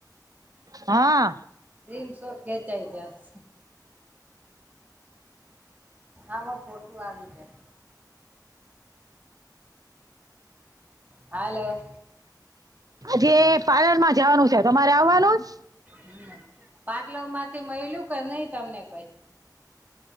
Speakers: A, on the right (about 55°); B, on the right (about 20°).
A: હા
B: સ્ક્રીનશોર્ટ ખેચાઈ જાસ આમાં ફોટું આવી જાય. હાલો.
A: જે પાર્લરમાં જવાનું છે તમારે આવવાનુંસ.
B: હમ પાર્લવ માંથી મયલુ કે નહી તમને કઈ.